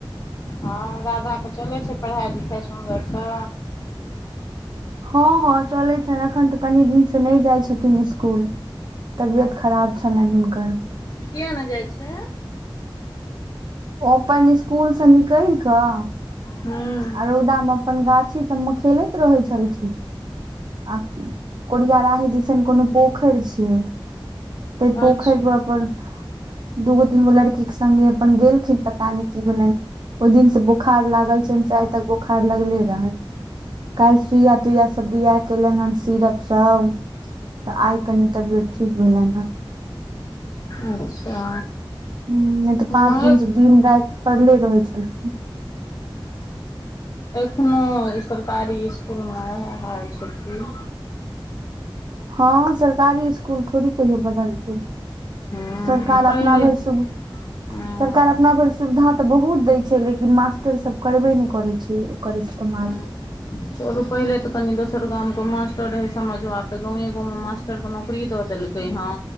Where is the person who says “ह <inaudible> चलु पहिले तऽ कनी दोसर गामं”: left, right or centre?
Left